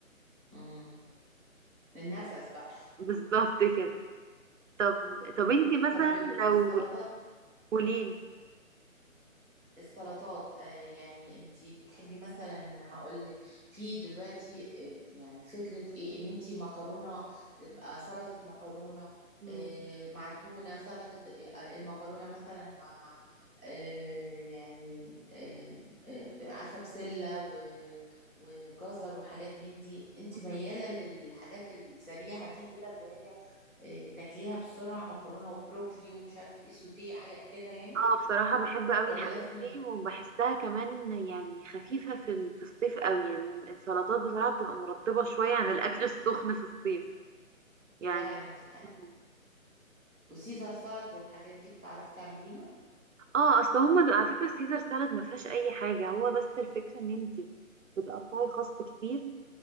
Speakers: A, in the centre; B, on the right (about 60°).
A: امم النفس بقى
B: بالظبط كده طب طب انتي مثلا
A: طب
B: لو
A: السلطات
B: قوليلي
A: مهم. السلطات آه يعني انتي بتحبي مثلا هقول لك في دلوقتي آه يعني فكرة ايه ان انتي مكرونة تبقى سلطة مكرونة
B: مم.
A: آه مع تونة سلطة آه المكرونة مثلا مع آه يعني آه آه عارفة بسلة و وجزر وحاجات من دي انت
B: مم.
A: ميالة للحاجات السريعة دي كده اللي هي آه، تاكليها بسرعة مكرونة وبروكلي ومش عارف ايه سوتيه حاجات كده يعني
B: اه بصراحة بحب قوي
A: ولا
B: الحاجات
A: لازم الم...
B: دي وبحسها كمان يعني خفيفة في ال- في الصيف قوي يعني السلطات بصراحة بتبقى مرطبة شوية عن الأكل <laughs> السخن في الصيف يعني
A: فعلا دي حاجة
B: مم.
A: وسيزر سالاد والحاجات دي بتعرفي تعمليها
B: اه اصل هما على فكرة السيزر سالاد ما فيهاش اي حاجة هو بس الفكرة ان انتي بتقطعي خس كتير